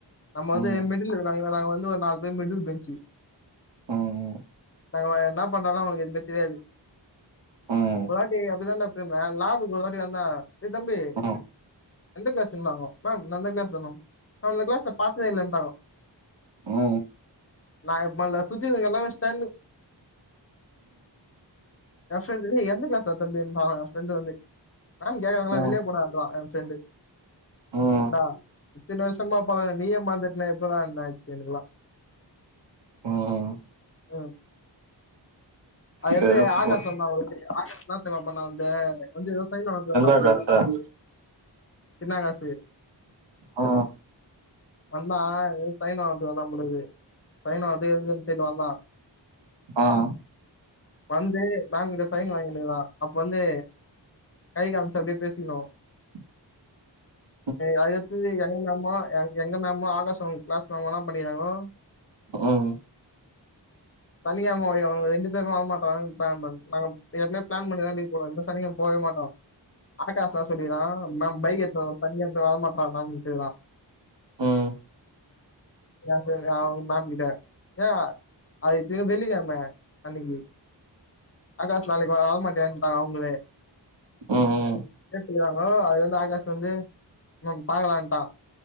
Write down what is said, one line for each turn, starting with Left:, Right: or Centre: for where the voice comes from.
Left: நம்ம வந்து
Right: ம்
Left: மிடில் நாங்க நாங்க வந்து ஒரு நாலு பேர் மிடில் பெஞ்சு
Right: ம் ம்
Left: நாங்க ன்ன பண்றாலு அவுங்ளுக்கு எதுவுமே தெரியாது
Right: ம்
Left: ஒரு வாட்டி அப்டிதான்டோ பிரமு லேபுக்கு ஒருவாட்டி வந்தா டே தம்பி
Right: ம்
Left: எந்த கிளாஸுன்ங்கோ மேம் நா இந்த கிளாஸ் தா மேம் நா இந்த கிளாஸ்ல பாத்ததே இல்லன்டாங்கோ
Right: ம்
Left: நா எப் மேல சுத்தினு <unintelligible> எல்லாமே ஷ்டன்னு என் ப்ரெண்டுல்ல டே எந்த கிளாஸ்டா தம்பி ன்றங்கனுங்க எ ஃப்ரெண்டு வந்து மேம் கேக்கறாங்களா
Right: ம்
Left: வெளியே போடான்றா எ ஃப்ரெண்டு
Right: ம்
Left: ன்டா இத்தினி வருஷமா பழகன நீயேமறந்துட்டனா எப்புறான்னே ஆச்சு எனுக்குலா
Right: ம்
Left: ம் அதுக்கத்து
Right: செருப்பு
Left: ஆகாஷ் வந்தா. ஒருவாட்டி ஆகாஷ ன்னா தெர்மா வந்து வந்து எதோ சைய்ன் வாஙகற்த்துக்கு வந்தா
Right: <unintelligible>
Left: திர்நாவுக்கரசு
Right: ஆ
Left: வந்தா எதோ சைன் வாங்கற்துக்கு வந்தா போலகிது சைன் வாங்கற்துக்கோ ஏதுக்கோன் தெர்ல வந்தா
Right: ஆ
Left: வந்து மேம் கிட்ட சைன் வாங்கினுகிறா அப்ப வந்து கை காமிச்சு அப்டியே பேசிக்கிணு
Right: <inaudible>
Left: அதுக்கத்து எங்க மேமு எங்க மேமு ஆகாஷாங்க கிளாஸ் மேமு ன்னா பண்ணிகிறாங்கோ
Right: ம்
Left: <unintelligible> <unintelligible> மாட்ட பிளான் பண் நாங்கப் எப்மே பிளான் பண்ணீதா லீவ்ப் போடுவே இந்த சனிகெழம் போவே மாட்டோ ஆகாஷ்லா சொல்லிகிறா மேம் பைக் எட்னு வர <unintelligible>
Right: ம் ம்
Left: <unintelligible> மேம் கிட்ட எ அது திரும் வெள்ளிகெழம அன்னைகி ஆகாஷ் நாளைக் வர மாட்டேன்டா அவுங்ளே
Right: ம்
Left: கேட்டுகிறாங்கோ அதுகு வந்து ஆகாஷ் வந்து மேம் பாக்கலான்ட்டா